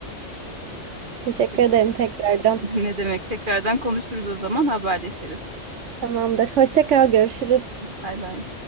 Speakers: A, on the right; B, on the right.
A: Teşekkür
B: Tekrar,
A: ederim tekrardan.
B: <laughs> ne demek tekrardan konuşuruz o zaman haberleşiriz.
A: Tamamdır. Hoşça kal, görüşürüz.
B: Bay bay.